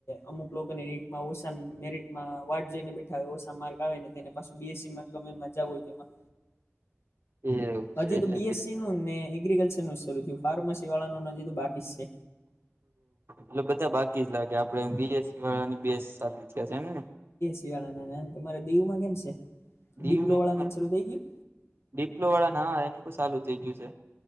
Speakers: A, on the left (about 60°); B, on the right (about 50°).
A: અમુક લોકોને નીટ ઓસા મેરિટમાં વાટ જોઈને બેઠા હોય ઓસા માર્ક આવેને તેને બી એસ સીમાં ગમે એમા જાવું હોય તેમાં
B: એવું
A: હજી
B: છે એટલે
A: તો બી એસ સી નું ને એગ્રીિકલ્ચર નું જ શરૂ થયું ફાર્મસી વાળાનું હજી તો બાકી જ સે
B: એટલે બધા બાકી જ લાગે આપડે બી એસ સી વાળાને બે જ સાલુ થયા લાગે એમ ને.
A: એને તમારે દીવમાં કેમ સે?
B: દીવમાં
A: ડીપલો વાળા
B: અમારા
A: ને શરુ થઈ ગયું?
B: ડિપ્લો વાળાને હા ને એનું તો સાલું થઇ ગયું છે.